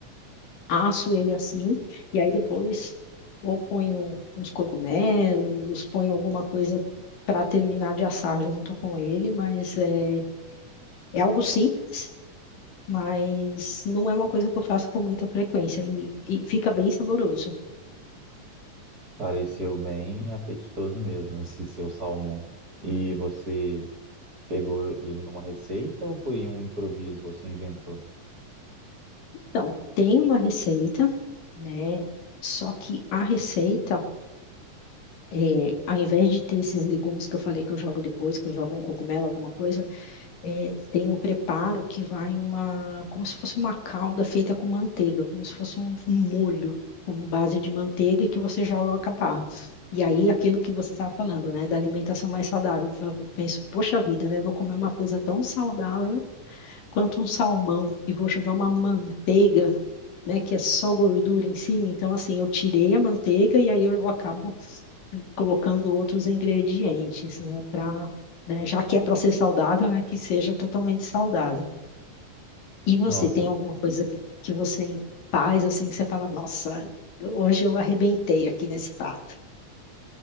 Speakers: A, on the left; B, on the right.
A: asso ele assim e aí depois ou ponho uns cogumelos, ponho alguma coisa para terminar de assar junto com ele, mas é, é algo simples mas não é uma coisa que eu faço com muita frequência e, e fica bem saboroso.
B: Pareceu bem apetitoso mesmo esse seu salmão. E você Pegou ele numa receita ou foi um improviso, você inventou?
A: Então, tem uma receita, né? Só que a receita, é, ao invés de ter esses legumes que eu falei que eu jogo depois, que eu jogo um cogumelo, alguma coisa, é, tem um preparo que vai uma, como se fosse uma calda feita com manteiga, como se fosse um, um molho com base de manteiga que você joga a caparra. E aí, aquilo que você estava falando, né, da alimentação mais saudável, Então, eu penso, poxa vida, né, vou comer uma coisa tão saudável quanto um salmão e vou jogar uma manteiga, né, que é só gordura em cima. Então, assim, eu tirei a manteiga e aí eu acabo colocando outros ingredientes, né? Pra, né, já que é para ser saudável, né? Que seja totalmente saudável. E você
B: Nossa,
A: tem alguma coisa que que você faz assim que você fala, nossa, hoje eu arrebentei aqui nesse prato?